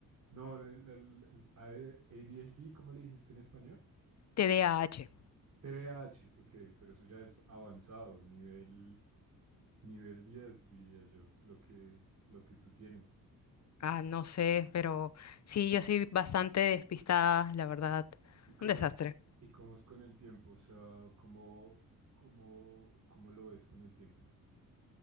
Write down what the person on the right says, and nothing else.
no, el, el- el A D h d ¿cómo le dijiste en español?
t d A h ok, pero eso ya es avanzado, nivel, nivel 10 diría yo, lo que, lo que tú tienes.
¿Y cómo
es, y cómo es con el tiempo? O sea, ¿cómo, cómo, cómo lo ves con el tiempo?